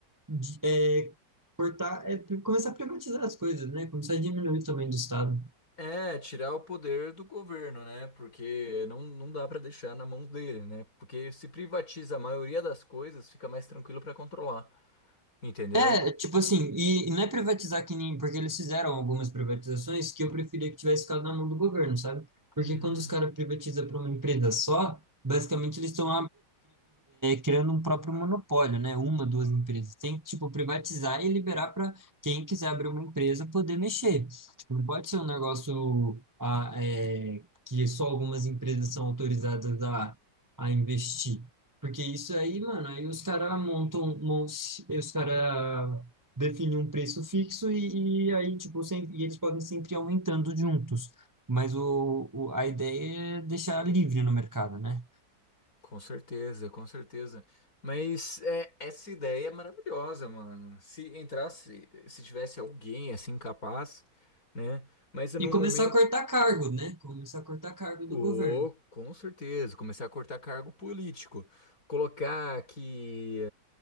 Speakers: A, on the right; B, on the left.
A: de- é, cortar, é, pri- começar a privatizar as coisas, né? Começar a diminuir o tamanho do Estado.
B: É, tirar o poder do governo, né? Porque não, não dá para deixar na mão dele, né? Porque se privatiza a maioria das coisas, fica mais tranquilo para controlar, entendeu?
A: É, tipo assim, e, e não é privatizar que nem, porque eles fizeram algumas privatizações que eu preferia que tivesse ficado na mão do governo, sabe? Porque
B: Hum,
A: quando os caras privatizam para uma empresa só, basicamente eles estão criando um próprio monopólio, né? Uma, duas empresas. Tem que, tipo, privatizar e liberar para quem quiser abrir uma empresa poder mexer. Tipo, não pode ser um negócio ah, é, que só algumas empresas são autorizadas a, a investir. Porque isso aí, mano, aí os caras montam, mon- aí os caras definem um preço fixo e, e aí, tipo, sem, e eles podem sempre ir aumentando juntos. Mas o, o- a ideia é deixar livre no mercado, né?
B: com certeza, com certeza. Mas é, essa ideia é maravilhosa, mano. Se entrasse, se tivesse alguém assim capaz, né? Mas no
A: E começar
B: momento,
A: a cortar cargo, né? Começar a cortar cargo do
B: Oh,
A: governo.
B: com certeza, começar a cortar cargo político, colocar que